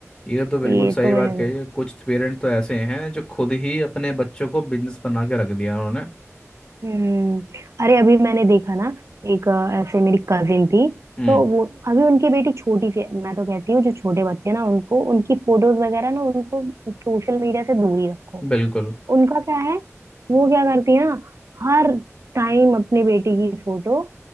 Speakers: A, on the left; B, on the right.
A: ये तो बिल्कुल
B: ये
A: सही
B: तो
A: बात
B: मैंने
A: कही है कुछ पेरेंट्स तो ऐसे हैं जो खुद ही अपने बच्चों को बिजनेस बना के रख दिया उन्होंने
B: हम्म अरे अभी मैंने देखा ना एक अ, ऐसे मेरी कजिन थी
A: हम्म
B: तो वो अभी उनकी बेटी छोटी सी है। मैं तो कहती हूँ जो छोटे बच्चे ना उनको उनकी फोटोज वगैरह ना उनको सोशल मीडिया से दूर ही रखो
A: बिल्कुल
B: उनका क्या है वो क्या करती है ना हर टाइम अपनी बेटी की फोटो